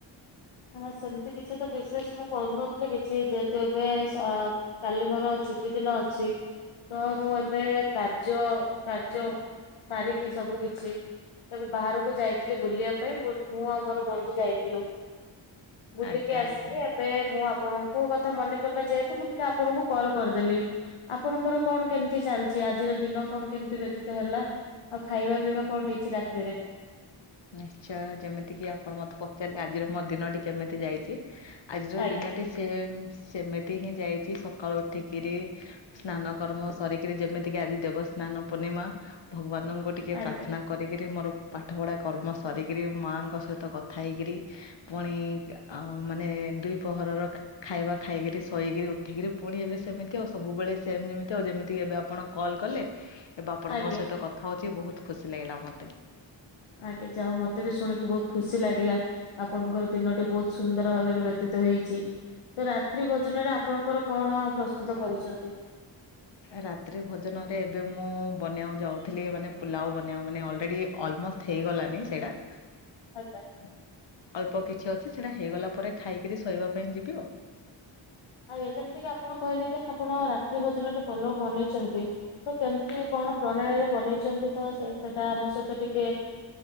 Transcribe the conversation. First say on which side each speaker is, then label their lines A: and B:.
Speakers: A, on the left; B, on the left.
A: ହ ସେମିତି କିଛି ତ ବିଶେଷ ମୁଁ କରୁନଥିଲି କିଛି ଯେହେତୁ ଏବେ ସ କାଲି ମୋର ଛୁଟି ଦିନ ଅଛି ହ ମୁଁ ଏବେ କାର୍ଯ୍ୟ କାର୍ଯ୍ୟ ସାରିକି ସବୁ କିଛି ତେବେ ବାହାରକୁ ଯାଇଥିଲି ବୁଲିବା ପାଇଁ ବୁ ମୁଁ ଆଉ ମୋର ବନ୍ଧୁ ଯାଇଥିଲୁ ବୁଲିକି
B: ଆଜ୍ଞା
A: ଆସିକି
B: ଆଜ୍ଞା।
A: ଏବେ ମୁଁ ଆପଣଙ୍କୁ କଥା ମନେ ପଡିଲା ଯେହେତୁ ମୁଁ ଟିକେ ଆପଣଙ୍କୁ କଲ୍ କରିଦେଲି ଆପଣଙ୍କର କଣ କେମିତି ଚାଲିଚି ଆଜିର ଦିନ କଣ କେମିତି ବ୍ୟତୀତ ହେଲା? ଆଉ ଖାଇବା ପିଇବା କଣ ହେଇଚି ରାତିିରେ?
B: ନିଶ୍ଚୟ ଯେମିତି କିି ଆପଣ ମତେ ପଚାରିଲେ ଆଜିର ମୋ ଦିନଟି କେମିତି ଯାଇଚି ଆଜିର
A: ଆଜ୍ଞା
B: ଦିନଟି ସେ ସେମିତି ହିଁ ଯାଇଚି ସକାଳୁ ଉଠିକିରି ସ୍ନାନ କର୍ମ ସରିକିରି ଯେମିତିକି ଆଜି ଦେବସ୍ନାନ ପୂର୍ଣ୍ଣିମା ଭଗବାନଙ୍କୁ ଟିକେ
A: ଆଜ୍ଞା।
B: ପ୍ରାର୍ଥନା କରିକିରି ମୋର ପାଠ ପଢା କର୍ମ ସରିକିରି ମାଆଙ୍କ ସହିତ କଥା ହେଇକିରି ପୁଣି ଆ ମାନେ ଦୁଇ ପହରର ଖାଇବା ଖାଇକିରି ଶୋଇକିରି ଉ ଏଠିକିରେ ପୁଣି ଏବେ ସେମିତି ଆଉ ସବୁବେଳେ ସେମ୍ ଯେମିତି ଆଉ ଯେମିତିକି ଏବେ ଆପଣ କଲ୍ କଲେ ଏବେ ଆପଣଙ୍କ
A: ଆଜ୍ଞା
B: ସହିତ କଥା ହଉଚି ବହୁତ ଖୁସି ଲାଗିଲା ମତେ।
A: ଆଗେ ଯାଉ ମତେ ବି ଶୁଣିକି ବହୁତ ଖୁସି ଲାଗିଲା। ଆପଣଙ୍କର ଦିନଟି ବହୁତ ସୁନ୍ଦର ଭାବରେ ବ୍ୟତୀତ ହେଇଚି। ତ ରାତ୍ରି ଭୋଜନରେ ଆପଣଙ୍କର କଣ ପ୍ରସ୍ତୁତ କରିଚନ୍ତି?
B: ରାତ୍ରି ଭୋଜନରେ ଏବେ ମୁଁ ବନେଇବାକୁ ଯାଉଥିଲି ମାନେ ପୁଲାଉ ବନେଇବା ମାନେ ଅଲରେଡି ଅଲମୋଷ୍ ହେଇଗଲାନି ସେଡା
A: ଆଜ୍ଞା।
B: ଅଳ୍ପ କିଛି ଅଛି ସେଇଟା ହେଇଗଲା ପରେ ଖାଇକି ଶୋଇବା ପାଇଁ ଯିବି ଆଉ।
A: ଆଜ୍ଞା ଯେମିତି କିି ଆପଣ କହିଲେ କି ଆପଣ ରାତ୍ରି ଭୋଜନରେ ପୋଲଉ ବନେଇଛନ୍ତି ତ କେମତି କଣ ପ୍ରଣାଳୀରେ ବନେଇଛନ୍ତି ତ ସେ ସେଟା ଆମ ସହିତ ଟିକେ